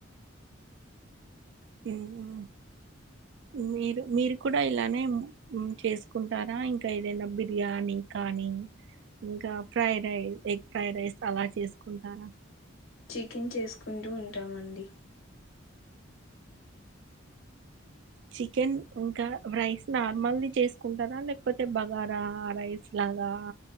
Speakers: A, on the right; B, on the left.
A: మ్మ్ మీరు మీరు కూడా ఇలానే చేసుకుంటారా ఇంకా ఏదైనా బిర్యానీ కానీ ఇంకా fry rice egg fry rice అలా చేసుకుంటారా
B: చికెన్ చేసుకుంటూ ఉంటామండి
A: చికెన్ ఇంకా రైస్ నార్మల్ ది చేసుకుంటారా లేకపోతే బగారా రైస్ లా అదా